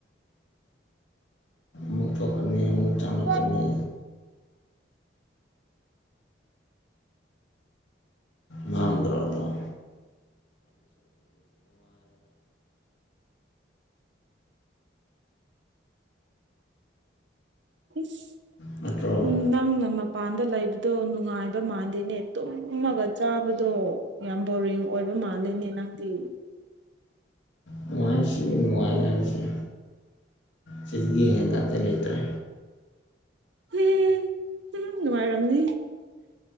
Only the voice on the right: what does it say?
ꯍꯥ
ꯎꯝ
ꯅꯪ ꯅ ꯃꯄꯥꯟꯗ ꯂꯩꯕꯗꯣ ꯅꯨꯡꯉꯥꯏꯕ ꯃꯥꯟꯗꯦꯅꯦ ꯇꯨꯝꯃꯒ ꯆꯥꯕꯗꯣ ꯌꯥꯝ ꯕꯣꯔꯤꯡ ꯑꯣꯏꯕ ꯃꯥꯂꯦꯅꯤꯅꯥꯗꯤ
ꯎꯝ ꯎꯝ ꯅꯨꯡꯉꯥꯏꯔꯝꯅꯤ